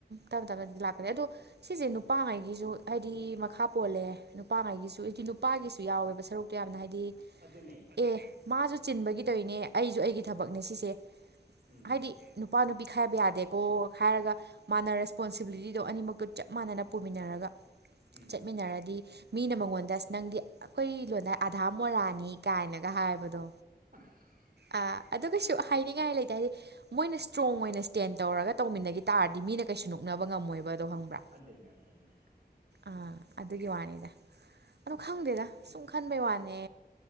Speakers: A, on the right; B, on the right.
A: ꯇꯞꯅ ꯇꯞꯅꯗꯤ ꯂꯥꯛꯀꯅꯤ ꯑꯗꯣ ꯁꯤꯁꯦ ꯅꯨꯄꯥꯉꯩꯒꯤꯁꯨ
B: ꯎꯝ
A: ꯍꯥꯏꯗꯤ ꯃꯈꯥ ꯄꯣꯜꯂꯦ ꯅꯨꯄꯥꯉꯩꯒꯤꯁꯨ ꯍꯥꯏꯗꯤ ꯅꯨꯄꯥꯒꯤꯁꯨ ꯌꯥꯎꯋꯦꯕ ꯁꯔꯨꯛꯇꯣ ꯌꯥꯝꯅ ꯍꯥꯏꯗꯤ ꯗꯤ
B: ꯑꯗꯨꯅꯦ ꯑꯗꯨꯅꯦ
A: ꯑꯦ ꯃꯥꯁꯨ ꯆꯤꯟꯕꯒꯤ ꯇꯧꯅꯦ ꯑꯩꯁꯨ ꯑꯩꯒꯤ ꯊꯕꯛꯅꯦ ꯁꯤꯁꯦ
B: ꯎꯝ
A: ꯍꯥꯏꯗꯤ ꯅꯨꯄꯥ ꯅꯨꯄꯤ ꯈꯥꯏꯕ ꯌꯥꯗꯦꯀꯣ ꯍꯥꯏꯔꯒ ꯃꯥꯅ ꯔꯦꯁꯄꯣꯟꯁꯤꯕꯤꯂꯤꯇꯤꯗꯣ ꯑꯅꯤꯃꯛꯇꯣ ꯆꯞ ꯃꯥꯟꯅꯅ ꯄꯨꯃꯤꯟꯅꯔꯒ
B: ꯎꯝ
A: ꯆꯠꯃꯤꯟꯅꯔꯗꯤ ꯃꯤꯅ ꯃꯉꯣꯟꯗ ꯑꯁ ꯅꯪꯗꯤ ꯑꯈꯣꯏ ꯂꯣꯟꯗꯥꯏ ꯑꯙꯥ ꯃꯣꯔꯥꯅꯤ ꯀꯥꯏꯅꯒ ꯍꯥꯏꯕꯗꯣ
B: <inaudible>
A: ꯑ ꯑꯗꯨ ꯀꯩꯁꯨ ꯍꯥꯏꯅꯤꯡꯉꯥꯏ ꯂꯩꯇ‌ꯦ ꯍꯥꯏꯗꯤ ꯃꯣꯏꯅ ꯏꯁꯇ꯭ꯔꯣꯡ ꯑꯣꯏꯅ ꯁ꯭ꯇꯦꯟ ꯇꯧꯔꯒ ꯇꯧꯃꯤꯟꯅꯒꯤ ꯇꯥꯔꯗꯤ ꯃꯤꯅ ꯀꯩꯁꯨ ꯅꯣꯛꯅꯕ ꯉꯝꯃꯣꯏꯕꯗꯣ ꯈꯪꯕ꯭ꯔꯥ
B: ꯑꯗꯨꯅ ꯑꯗꯨꯅ
A: ꯑꯥ ꯑꯗꯨꯒꯤ ꯋꯥꯅꯤꯗ ꯑꯗꯨ ꯈꯪꯗꯦꯗ ꯁꯨꯝ ꯈꯟꯕꯩ ꯋꯥꯅꯦ